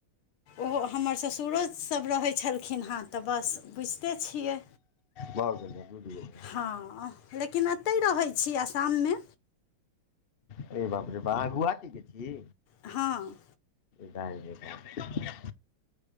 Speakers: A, on the left; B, on the left.
A: ओहो हमर ससुरो सब रहै छल खिन हँ तऽ बस बुइझते छियै।
B: भऽ गेलै बुइझ गेलौं।
A: हाँ लेकिन अतय रहै छी असाम में।
B: अरे बाप रे बा, अहाँ गुहाटी के छी?
A: हँ।
B: दाय गे दाय,